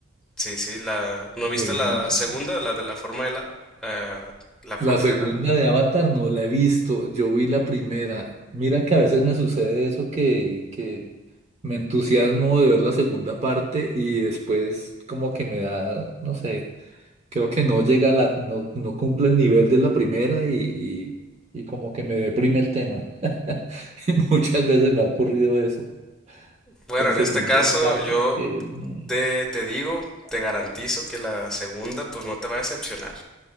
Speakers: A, in the centre; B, on the right.
A: sí, sí, la, ¿no viste
B: buenísimo.
A: la segunda, la de la forma del, a- eh, la forma
B: La segunda
A: del agua?
B: de Avatar no la he visto, yo vi la primera. Mira que a veces me sucede eso que, que me entusiasmo de ver la segunda parte y después como que me da, no sé, creo que no llega a la, no, no cumple el nivel de la primera y, y, y como que me deprime el tema. <laughs> Y muchas veces me ha ocurrido eso
A: Bueno,
B: con
A: en
B: segundas
A: este caso
B: partes
A: yo
B: que... mm,
A: te, te digo, te garantizo que la segunda pues no te va a decepcionar.